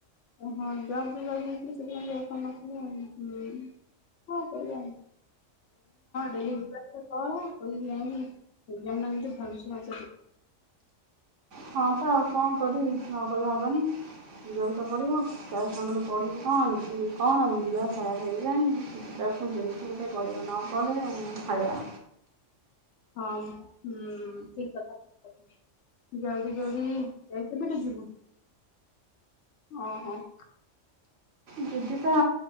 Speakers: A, on the left (about 70°); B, on the right (about 70°).
A: ଓ ହଁ ଯା ଘରେ ରହି ଯାଇଥିଲି ସେଥିପାଇଁ ଯାଇ ପାରୁ ନଥିଲି ଆଉ କଁ କରିବାଆଉ। ଡେଲି ଯିବା ଆସିବା କର ନାଇଁ ଟ ଭାବୁଛ ମ
B: ହଁ ପା ଆଉ କଣ କରିବି ନ ଗଲେ ହବନି ଯିବା କୁ ତ ପଡିବ ତା ସାଙ୍ଗରେ ପୁଣି ପଡଢ଼ିବି କଣ ମିଶିବି କଣ <inaudible> କଣାମିଲ ଖରାପ ହେଇଗଲାଣି ଯିବାକୁ ଫୁଣି ଯେମିତି ହେଲେ ଟିକେ ପଡିବ ନ ଗଲେ ଖଇରାଣ।
A: ହଁ ହୁଁ ଠିକ କଥା ଠିକ କଥା। ଜଲଦି ଜଲଦି ଯାଇ ଥିଲୁକି ଯିବୁ ଓହୋ।
B: ଯିବି ପା